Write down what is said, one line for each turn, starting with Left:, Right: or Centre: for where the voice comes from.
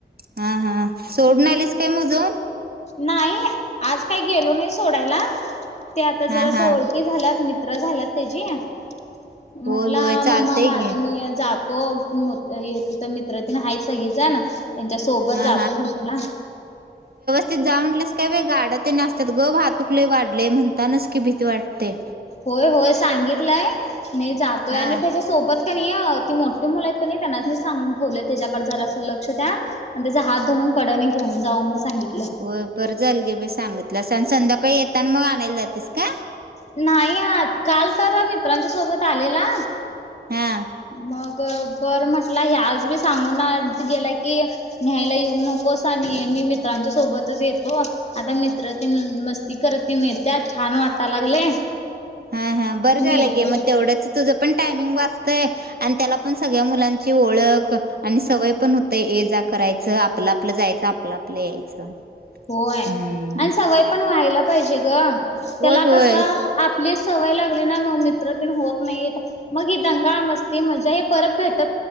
Right: हा हा सोडून आलीस काय मोजून.
Left: नाही आज काही गेलो नाही सोडायला. ते आता
Right: हा
Left: जरा अस
Right: हा
Left: ओळखी झाल्यात मी. झालं त्याजे म्हटलं
Right: होय होय चालतय
Left: मम्मा माझं
Right: घे
Left: मी. ओ मीमोट येत तिथ मित्र तेन हाय सगळी ज न त्यांच्या सोबत
Right: हा
Left: जातो म्हट ला
Right: ते जा म्हणटलंस काय वे गाडं तेन असतात ग वहातुकलेय वाढलेय म्हणतानाच की भीती वाटते
Left: होय होय सांगितलंय नही जातोय
Right: हा
Left: आणि त्याच्यासोबत त्यांनीओ ती मोठी मुल आहेत कनी त्यांनासनी सांगून ठेवले त्याच्याकडे जरासं लक्ष द्या अणि त्याचा हात धरून कडने घेऊन जावा म्हणून सांगितलं
Right: होइ बरं झाल गे बि सांगितलास <unintelligible> संध्याकाळी येताना मं आणायला जातेस का
Left: नाही आ काल तर मित्रांच्या सोबत आलेला
Right: हा
Left: मग ग बरं म्हटलं हे आज मी सांगून गेला की न्याहायला येऊ नकोस आणि मी मित्रांच्या सोबतच येतो. आता मित्र तिनं मस्त ती करत ती महत्या छान वाटा लागले
Right: हा हा बरं
Left: मी
Right: झालं
Left: येतो
Right: गे मग तेवढंच तुझं पण टायमिंग वाचतयं आणि त्याला पण सगळ्या मुलांची ओ ळख आणि सवय पण होतेय ये जा करायची- चं आपलं आपलं जायचं आपलं आपलं यायचं- <unintelligible>
Left: होययय
Right: हम्म
Left: आणि सवय पण व्हायला पाहिजे गं. त्याला
Right: होय होय
Left: कसंअअ आपले सवय लागली ना मं मित्रतेनं होत नाही मग ही दंगा मस्ती मजा हे परत भेट